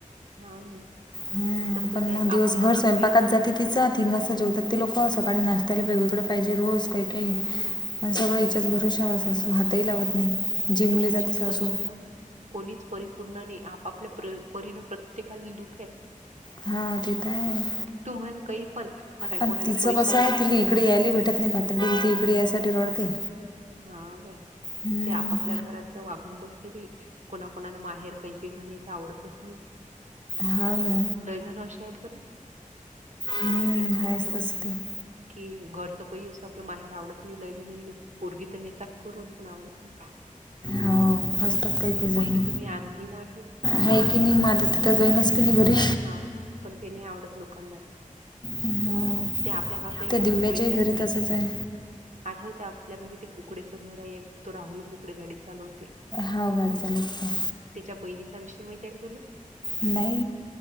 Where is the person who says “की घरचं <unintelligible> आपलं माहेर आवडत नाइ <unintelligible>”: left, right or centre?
Right